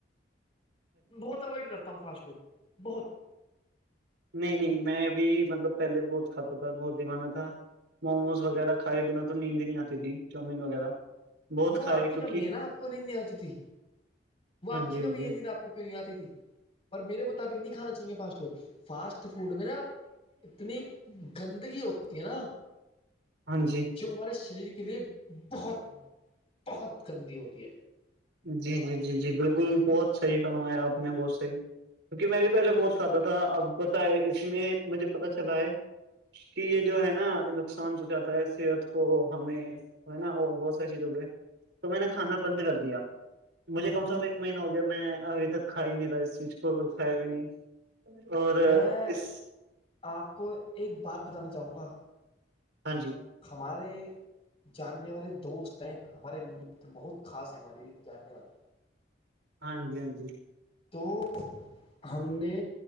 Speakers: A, on the left; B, on the right.
A: بہت اوائڈ کرتا ہوں فاسٹ فوڈ بہت
B: نہیں نہیں میں بھی مطلب پہلے بہت کھاتا تھا بہت دوانہ تھا موموز وغیرہھ کائے بنا تو نیند ہی نہیں آتی تھی چاومین وغیرہ بہت
A: وہ
B: کھائے
A: آپ کی
B: کیونکہ
A: کمی ہے نا آپ کو نہیں نہیں آتی تھی وہ
B: ہاں
A: آپ
B: جی
A: کی کمی
B: ہاں جی
A: یہ نہیں تھا آپ کو کیوں نہیں آتی تھی پر میرے مطابق نہیں کھانا چاہیے فاسٹ فوڈ فاسٹ فوڈ میں نا اتنی گندگی ہوتی ہے نا
B: ہاں جی
A: جو ہمارے شریر کی کے لیے بہت بہت گندی ہوتی ہے
B: جی جی جی جی بالکل بہت صحیح کروایا آپ نے بہت صحیح کیونکہ میں بھی پہلے بہت سادہ تھا اب بتائے اس میں مجھے پتا چلا ہے کہ یہ جو ہے نا نقصان پہنچاتا ہے صحت کو ہمیں ہے نا اور بہت ساری چیزوں کے تو میں نے کھانا بند کر دیا
A: ہے
B: مجھے کم سے کم ایک ایک مہینہ ہو گیا میں ابھی تک کھا نہیں رہا سوچ کو کایا بھی نہیں اور
A: میں
B: اس
A: آپ کو ایک بات بتانا چاہوں گا
B: ہاں جی
A: ہمارے جاننے والے دوست ہیں ہمارے مر بہت خاص ہیں ہمارے جاننے والے-
B: ہاں جی، ہاں جی-
A: تو ہم نے